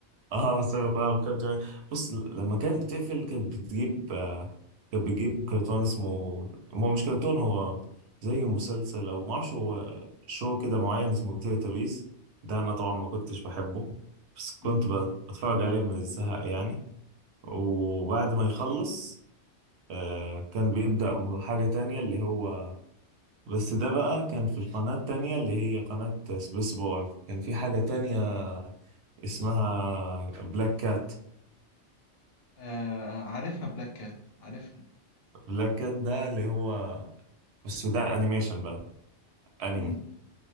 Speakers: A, on the right (about 70°); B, on the left (about 65°).
A: اه سابق ولعب كابتن بص لما كانت بتقفل كانت بتجيب آه، كانت بتجيب كرتون اسمه هو مش كرتون هو زي مسلسل او ما اعرفش هو شو كده معين اسمه تيلي ده انا طبعا ما كنتش بحبه بس كنت
B: مم.
A: بت- بتفرج عليه من الزهق يعني وبعد ما يخلص آه، كان بيبدأ حاجة تانية اللي هو بس ده بقى كان في القناة التانية اللي هي قناة سبيس بار كان في حاجة تانية اسمها بلاك كات
B: آه عارفها بلاك كات عارفها
A: بلاك كات ده اللي هو بس ده انيميشن بقى انمي
B: مم.